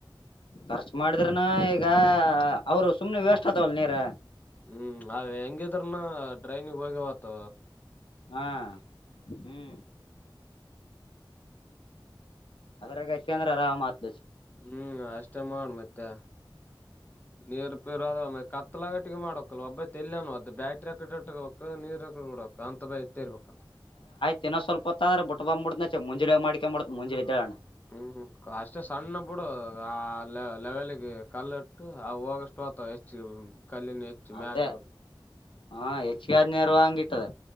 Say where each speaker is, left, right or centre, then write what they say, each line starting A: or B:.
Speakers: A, on the left; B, on the left.
A: ಖರ್ಚು ಮಾಡಿದ್ರನ ಈಗ ಅವರು ಸುಮ್ನೆ ವೇಸ್ಟ್ ಆತವಲ್ಲ ನೀರ
B: ಹ್ಮ್ ಹೆಂಗಿದ್ರನ ಡ್ರೈನಿಿಗೆ ಹೋಗ್ಯಾವತ್
A: ಹಾ ಹ್ಮ್ ಅದ್ರ ಗಚ್ಚಂದ್ರ ಅರಾಮ ಮಾತ್
B: ಹ್ಮ್ ಅಷ್ಟೇ ಮಾಡ ಮತ್ತೆ ನೀರ್ ಪರ ಕತ್ತಲಗಟ್ಟ ಮಾಡಕ ಒಬ್ಬ ತಲ್ಲಿ ಅದ ಬ್ಯಾಟ್ರಿಕ್ ನೀ ನಡಕ ಅಂತ ಬ ಇತ್ತೇ ಇರ್ಬೇಕಲ್ಲ
A: ತಿನ್ನೋ ಸ್ವಲ್ಪ ಹೊತ್ತ ಆದರೆ ಬಿಟ್ಬ ಮುತನೆ ಮ ಮುಜೆ ಮಾಡಕ ಮಾಡ ಮುಂಜಿೆಳಣ
B: ಹ್ಮ್ ಅಷ್ಟೇ ಸಣ್ಣ ಬಿಡು ಆ ಲೆವೆಲ್ಿಗೆ ಕಲ್ಲ ಇಟ್ಟು ಆ ಹೋಗಷ್ಟ ತ ಹೆಚ್ಚ ಕಲ್ಲಿನ ಹೆಚ್ಚು
A: ಅದೇ
B: ಮ್ಯಾಗ ಅದು
A: ಹಾ ಹೆಚ್ಚು ಆದ್ ನೇರ ವಾಂಗಟ್ಟಿದೆ